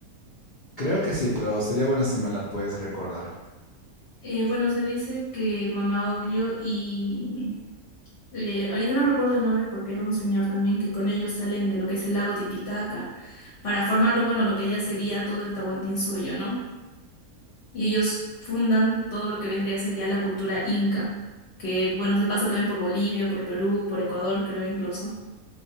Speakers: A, on the left; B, on the left.
A: Creo que sí, pero sería bueno si me la puedes recordar.
B: Eh, bueno, se dice que Mama Ocllo y eh, ahorita no recuerdo el nombre porque era un señor también que con ellos salen de lo que es el lago Titicaca para formarlo, bueno, lo que ya sería todo el Tahuantinsuyo, ¿no? Y ellos fundan todo lo que vendría a ser ya la cultura inca, que bueno, se pasa también por Bolivia, por Perú, por Ecuador, creo incluso.